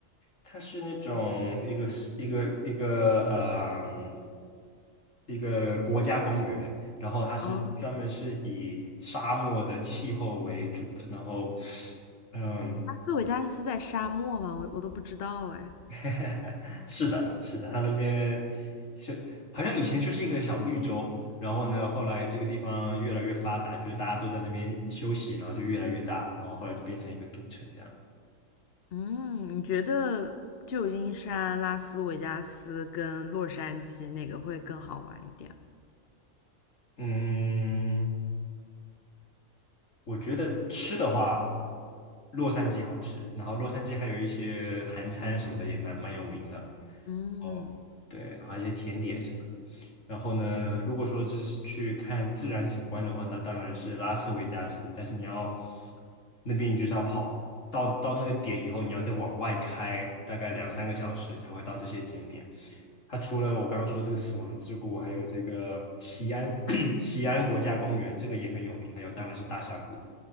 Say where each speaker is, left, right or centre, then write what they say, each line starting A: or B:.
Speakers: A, on the left; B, on the left.
A: 它是那种一个一个一个嗯一个国家公园，然后它是专门是以沙漠的气候为主的，
B: 吗？哦，
A: 然后嗯，
B: 斯斯维加斯在沙漠吗我我都不知道哎。
A: <laughs> 是的，是的，它那边是好像以前就是一个小绿洲，然后呢，后来这个地方越来越发达，就是大家都在那边休息，然后就越来越大，然后后来就变成一个赌城这样。
B: 嗯，你觉得旧金山、拉斯维加斯跟洛杉矶哪个会更好玩一点？
A: 嗯，我觉得吃的话，洛杉矶好吃，然后洛杉矶还有一些韩餐什么的也蛮蛮有名的。
B: 嗯
A: 哦，对，还有一些甜点什么的。然后呢，如果说这是去看自然景观的话，那当然是拉斯维加斯。但是你要那边，你就是要跑到到那个点以后，你要再往外开大概两三个小时才会到这些景点。它除了我刚刚说这个死亡之谷，还有这个西安 <coughs> <clears throat> 西安国家公园，这个也很有名。还有当然是大峡谷。